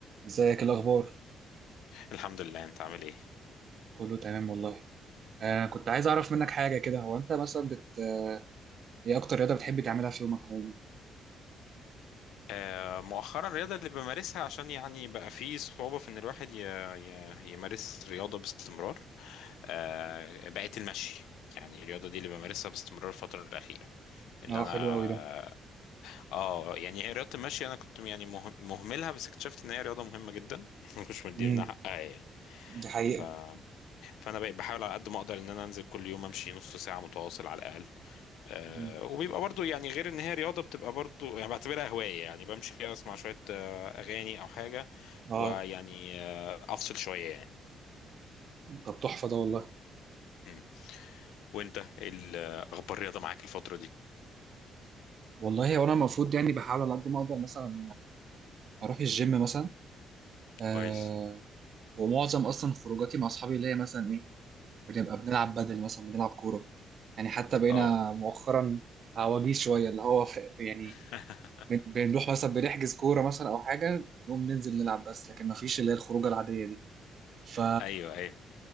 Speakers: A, on the right (about 55°); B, on the left (about 80°).
A: ازيك إيه الاخبار
B: الحمد لله انت عامل ايه
A: كله تمام والله آه كنت عايز اعرف منك حاجه كده هو انت مثلا بت ايه اكتر رياضه بتحب تعملها في يومك عموما
B: آه، مؤخرا الرياضة اللي بمارسها عشان يعني بقى فيه صعوبة في ان الواحد ي... ي... يمارس رياضة باستمرار آه، بقت المشي يعني الرياضة دي اللي بمارسها باستمرار الفترة الأخيرة ان
A: اه
B: انا
A: حلو قوي ده
B: اه يعني هي رياضة المشي انا كنت يعني مه... مهملها بس اكتشفت ان هي رياضة مهمة جدا <laughs> ما كنتش مدينا
A: امم
B: حقها يعني
A: دي حقيقه
B: ف... فانا بقيت بحاول على قد ما اقدر ان انا انزل كل يوم امشي نص ساعة متواصل على الأقل آه،
A: مم.
B: وبيبقى برضو يعني غير ان هي رياضة بتبقى برضو يعني بعتبرها هواية يعني بمشي اسمع شوية آه، اغاني او حاجة
A: اه
B: ويعني آه، افصل شوية يعني
A: طب تحفه ده والله
B: مم. وانت إيه ال- اخبار الرياضة معاك الفترة دي
A: والله هو انا المفروض يعني بحاول على قد ما اقدر مثلا اروح الجيم مثلا آه
B: كويس
A: ومعظم اصلا خروجاتي مع اصحابي اللي هي مثلا ايه بنبقى بنلعب بدل مثلا بنلعب كوره يعني حتى بقينا
B: اه
A: مؤخرا عواجيز شويه اللي هو في يعني
B: <laughs>
A: بن- بنروح مثلا بنحجز كورة مثلا أو حاجة نقوم ننزل نلعب بس لكن مفيش اللي هي الخروجة العادية دي ف
B: ايوه ايوه